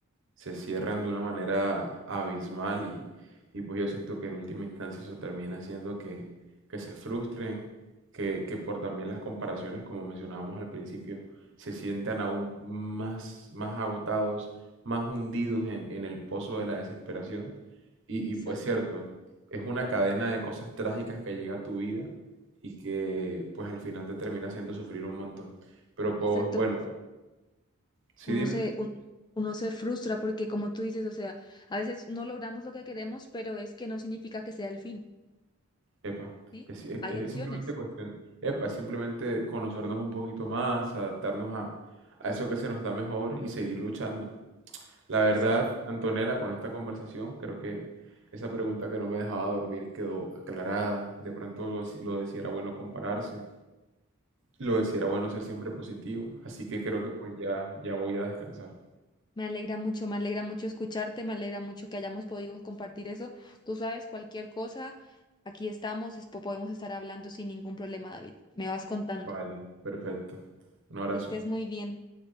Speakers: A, on the right (about 60°); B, on the left (about 20°).
A: se cierran de una manera abismal y, y pues yo siento que en última instancia eso termina haciendo que, que se frustren, que, que por también las comparaciones, como mencionábamos al principio, se sientan aún más, más agotados, más hundidos en, en el pozo de la desesperación. Y,
B: Exacto,
A: y pues cierto, es una cadena de cosas trágicas que llega a tu vida y que pues al final te termina haciendo sufrir un montón. Pero pues
B: exacto.
A: bueno, sí
B: Uno
A: dime.
B: se, un- uno se frustra porque como tú dices, o sea, a veces no logramos lo que queremos, pero es que no significa que sea el fin,
A: Epa,
B: ¿sí?
A: es, es-
B: Hay
A: es
B: opciones.
A: simplemente cuestión, epa, es simplemente conocernos un poquito más, adaptarnos a, a eso que se nos da mejor y seguir luchando. La
B: Exacto.
A: verdad, Antonella, con esta conversación, creo que esa pregunta que no me dejaba dormir quedó aclarada. De pronto lo, de- lo de si era bueno compararse, lo decía era bueno ser siempre positivo. Así que creo que pues ya, ya voy a descansar.
B: Me alegra mucho, me alegra mucho escucharte, me alegra mucho que hayamos podido compartir eso. Tú sabes, cualquier cosa, aquí estamos, es- podemos estar hablando sin ningún problema, David. Me vas contando.
A: Vale, perfecto. Un abrazo.
B: Que estés muy bien.